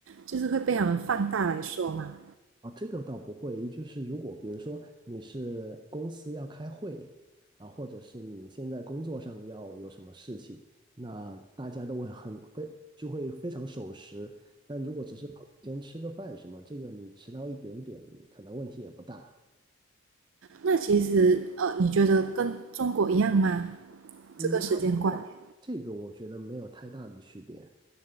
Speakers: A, on the right; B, on the right.
A: 就是会被他们放大来说嘛。
B: 啊，这个倒不会，就是如果比如说你是公司要开会，啊，或者是你现在工作上要有什么事情，那大家都会很非就会非常守时。但如果只是跑先吃个饭什么，这个你迟到一点点，可能问题也不大。
A: 那其实呃，你觉得跟中国一样吗？
B: 嗯，
A: 这个时间观念？
B: 差不多吧，这个我觉得没有太大的区别。